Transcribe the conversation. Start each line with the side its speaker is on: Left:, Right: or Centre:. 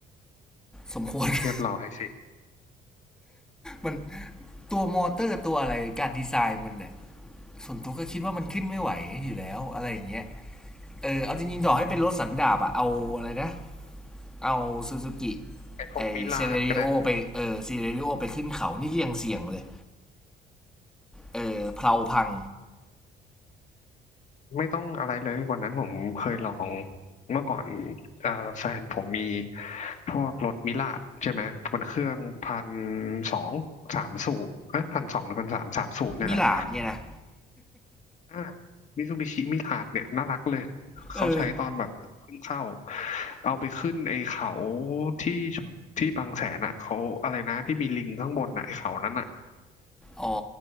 Centre: สมควร <laughs>
Left: เรียบร้อยสิ
Centre: มันตัวมอเตอร์ตัวอะไรการดีไซน์มันเนี่ยส่วนตัวก็คิดว่ามันขึ้นไม่ไหวอยู่แล้วอะไรอย่างเงี้ยเออเอาจริงๆต่อให้เป็นรถสันดาบอะเอาอะไรนะเอาซูซูกิ
Left: ไอ้พวกมิลาดก็ได้
Centre: ไอเซเรริโอไปเออเซเรริโอไปขึ้นเขานี่ก็ยังเสี่ยงเลยเออเพลาพัง
Left: ไม่ต้องอะไรเลยวันนั้นผมเคยลองเมื่อก่อนเอ่อแฟนผมมีพวกรถมิลาดใช่ไหมเป็นเครื่องพันสองสามสูบเอ้ยพันสองหรือพันสามสามสูบเนี่ยแหละ
Centre: มิลาดเนี่ยนะ
Left: อ่ามิซูบิชิมิลาดเนี่ยน่ารักเลยเขาใช้ตอนแบบเพิ่งเข้า
Centre: เออ
Left: เอาไปขึ้นไอ้เขาที่ที่บางแสนอ่ะเขาอะไรนะที่มีลิงข้างบนอ่ะไอ้เขานั้นอ่ะ
Centre: อ๋อ